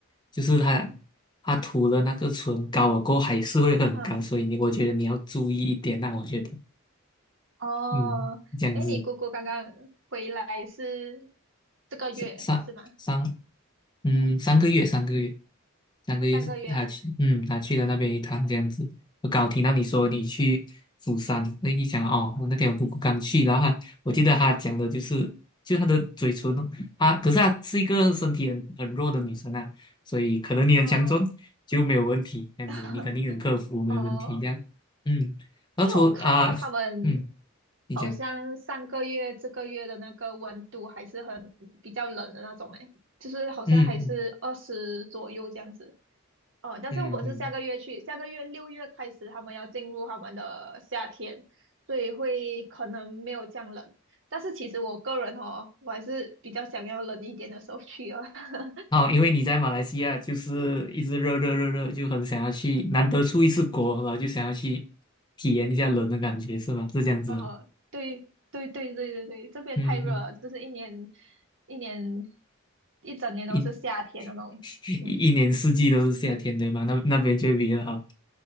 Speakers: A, on the left (about 20°); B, on the right (about 60°).
A: 就是她她涂了那个唇膏了过后还是会很干，
B: 嗯，
A: 所以你我觉得你要注意一点那我觉得，
B: 哦，
A: 嗯，这样子。
B: 哎，你姑姑刚刚回来是这个月是吗？
A: 三三三，嗯，三个月，三个月，三个月是他去，
B: 哦，上个月啊，
A: 嗯，他去了那边一趟这样子。我刚好听到你说你去釜山，那一讲哦，我那天我姑姑刚去，然后他我记得她讲的就是，就她的嘴唇哦，啊，可是她是一个身体很很弱的女生啊，所以可能你很强壮就没有问题，
B: 哦，
A: 这样子你肯定能克服，
B: <laughs>
A: 没有问题这样。
B: 哦，
A: 嗯，然后除啊，
B: 因为我看到他们
A: 嗯，你讲，
B: 好像上个月、这个月的那个温度还是很比较冷的那种，诶，就是好像还是二十左右这样子。
A: 嗯嗯
B: 哦，但是我是下个月去，
A: 嗯嗯。
B: 下个月六月开始他们要进入他们的夏天，所以会可能没有这样冷。但是其实我个人哦，我还是比较想要冷一点的时候去哦。<laughs>
A: 哦，因为你在马来西亚就是一直热热热热，就很想要去，难得出一次国，然后就想要去体验一下冷的感觉，是吗？是这样子哦。
B: 哦，对对对对对对，这边太热了，
A: 嗯嗯，
B: 就是一年一年一整年都是夏天那种。
A: 一 <laughs> 一一年四季都是夏天，
B: 嗯
A: 对吗？那那边就会比较好。